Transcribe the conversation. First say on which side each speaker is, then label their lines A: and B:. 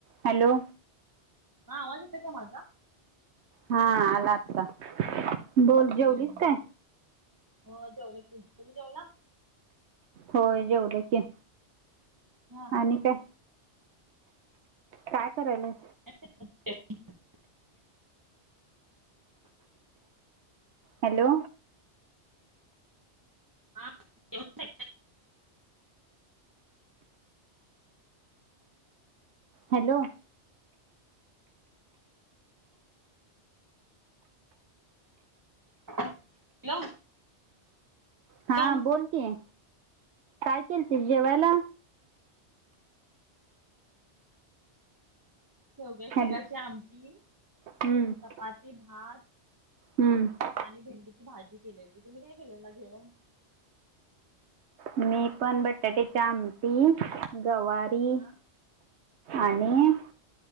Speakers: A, on the right; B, on the right.
A: Hello?
B: हा आवाज येतोय का माझा?
A: हा, आला आता. बोल जेवलीस
B: हं.
A: काय
B: हो, जेवलो की, तुम्ही जेवला?
A: होय जेवल की,
B: हा.
A: आणि काय? काय करायल?
B: <unintelligible>
A: हॅलो?
B: <unintelligible>
A: हॅलो?
B: हॅलो.
A: हा,
B: हॅलो.
A: बोल कि, काय केलतीस जेवायला?
B: शेवग्याच्या
A: हॅलो
B: शेंगाची आमटी-
A: <inaudible>
B: चपाती, भात
A: हम्म
B: आणि भेंडीची भाजी केलेली तुम्ही काय केलेला जेवण?
A: मी पण बटाट्याची आमटी, गवारी-
B: हा.
A: आणि